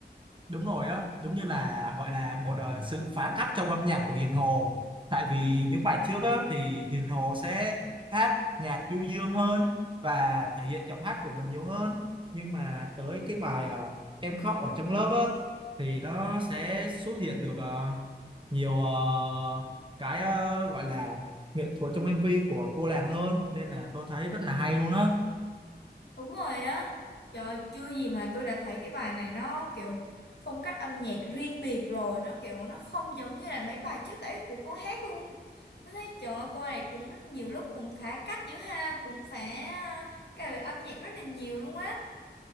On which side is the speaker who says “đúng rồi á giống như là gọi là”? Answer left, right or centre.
Right